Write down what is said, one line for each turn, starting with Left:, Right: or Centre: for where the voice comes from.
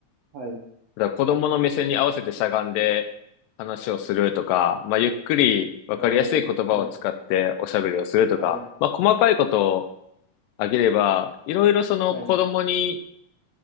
Right: はい。
Left: だから子供の目線に合わせてしゃがんで話をするとか、まあ、ゆっくりわかりやすい言葉を使っておしゃべりをするとか、
Right: おー。はい。はい。はい。
Left: まあ、細かいことをあげれば、いろいろその子供に
Right: はい。